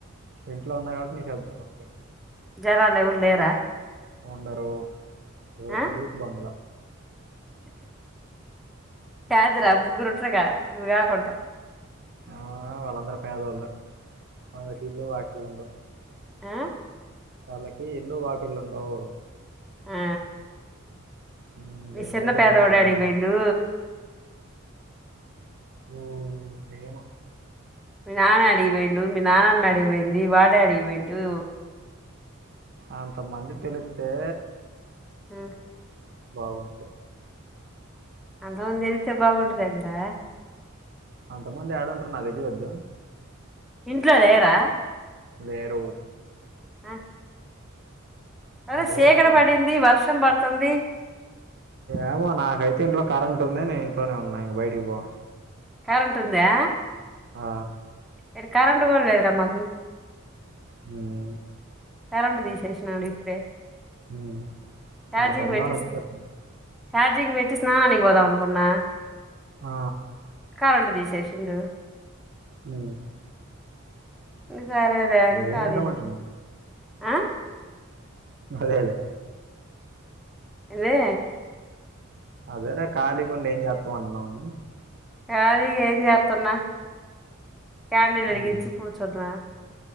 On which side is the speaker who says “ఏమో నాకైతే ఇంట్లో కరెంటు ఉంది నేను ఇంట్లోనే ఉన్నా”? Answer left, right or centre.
Right